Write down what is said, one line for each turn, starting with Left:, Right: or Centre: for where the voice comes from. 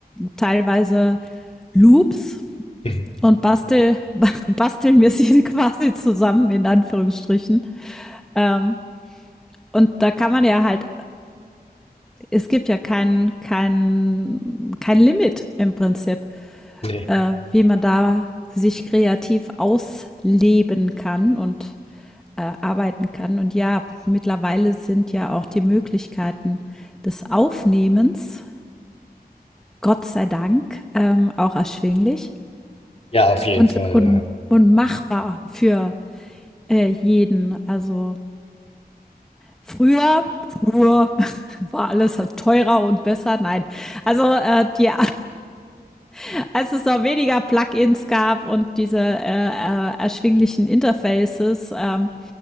Centre: teilweise Loops
Left: Mhm.
Centre: und bastel, <laughs> basteln wir sie <laughs> quasi zusammen, in Anführungsstrichen. Ähm, und da kann man ja halt, es gibt ja kein, kein, kein Limit im Prinzip,
Left: Nee.
Centre: äh, wie man da sich kreativ ausleben kann und äh, arbeiten kann. Und ja, mittlerweile sind ja auch die Möglichkeiten des Aufnehmens, Gott sei Dank, ähm, auch erschwinglich
Left: Ja, auf jeden
Centre: und,
Left: Fall,
Centre: und,
Left: ja.
Centre: und machbar für äh, jeden. Also Früher, früher <laughs> war alles halt teurer und besser. Nein, also äh, die, <laughs> als es noch weniger Plugins gab und diese äh, äh, erschwinglichen Interfaces ähm,